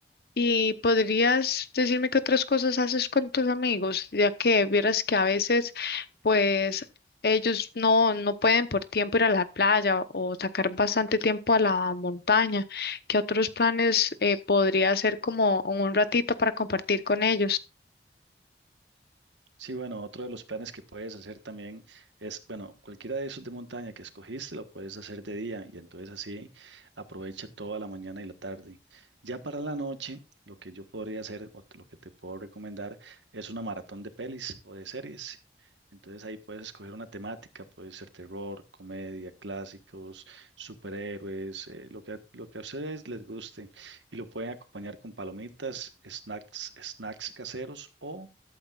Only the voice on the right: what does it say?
Sí, bueno, otro de los planes que puedes hacer también es, bueno, cualquiera de esos de montaña que escogiste lo puedes hacer de día y entonces así aprovecha toda la mañana y la tarde. Ya para la noche, lo que yo podría hacer o lo que te puedo recomendar es una maratón de pelis o de series. Entonces ahí puedes escoger una temática, puede ser terror, comedia, clásicos, superhéroes, eh, lo que, lo que a ustedes les guste y lo pueden acompañar con palomitas, snacks, snacks caseros o